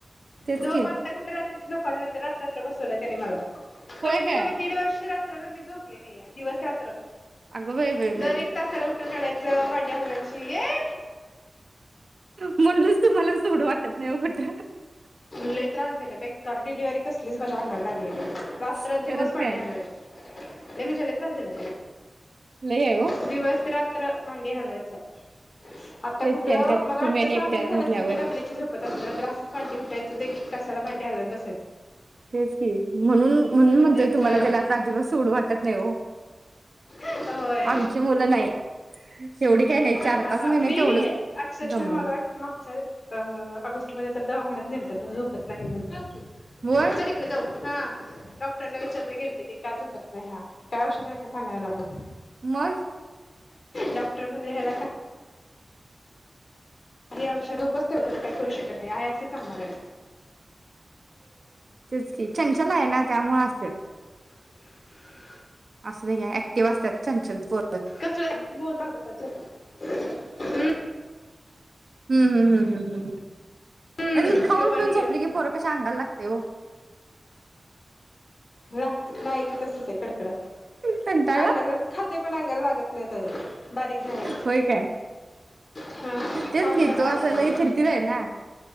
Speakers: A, on the right; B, on the left.
A: तेच
B: झोप
A: की
B: आता कुठे रात्री च झोप....... पहिलं तर रात्र रात्र बसवलं त्यानी मला.....
A: होय
B: कमीत
A: काय
B: कमी दीड वर्ष रा रात्रभर मी झोपले नाही आहे दिवस-रात्र
A: अगं बाई बाई बाई
B: दर
A: बाई
B: एक तासाला उठून रडायचं...... नुसतं मांडी हलवायची. येे
A: म्हणूनच तुम्हाला सोडू वाटत नाही ओ कुठ.
B: लई त्रास दिला बेकार डिलिव्हरी कसलीच माझ्या अंगाला लागली.... रात्र
A: खरंच
B: दिवस मांडी
A: काय
B: हलवायची म्हणजे लय त्रास झाला
A: लय आहे हो
B: दिवस रात..... नुसतं मांडी हलवायचं... <inaudible> आता
A: तेच
B: कुठं
A: की आणि त्यात
B: मला
A: तुम्ही
B: वाटतं
A: आणि
B: सहा
A: एकट्याच
B: महिने झाले
A: म्हटल्यावर
B: असतील मी रात्रीची झोपत असेल नाही तर रात्री असं उठायचं. एक एक तासाला माडी हलवत बसेच......
A: तेच की म्हणून, म्हणून म्हणतोय
B: द्यायचं
A: तुम्हाला त्याला असं अजिबात सोडू वाटत नाही ओ.
B: होय
A: आमची मुलं नाही शेवटी काय नाही
B: अ
A: चार पाच महिने
B: मी
A: तेवढंच
B: अक्षरशः
A: दमवलं
B: मला वाटतं मागच्या अ ऑगस्टमध्ये तर दवाखान्यात नेलत तो झोपत नाही म्हणून...
A: होय
B: चल इकडं जाऊ...... हा. डॉक्टरना विचारला गेलते की का झोपत नाही हा काय औषध आहे का सांगा याला म्हणून
A: मग
B: डॉक्टर म्हणे हेला का ही औषध उपसतोय. त्याला काही करू शकत नाही आहे असे सांभाळलय.
A: तेच की छानछान आहे ना त्यामुळे असेल
B: <inaudible>
A: असुदे घ्या का ऍक्टिव्ह असतात छान-छान पो
B: कसलं मोज आर्धा तास झोप हम्म
A: हूं हूं हूं हूं
B: हम्म
A: अरे खाऊन
B: तो पाणी
A: पण झोपली की पोरं कशी सांगाय लागतय ओ
B: लागत नाहीती तसच कडकडं
A: कंटाळला
B: अंगाला खातय पण अंगाला लागत नाही त्याच्या बारीक झाल्या
A: होय काय
B: हा
A: तेच
B: खाऊन
A: की
B: पण
A: तो
B: लागत
A: असा लय
B: नाही
A: थीरथीरा हाय ना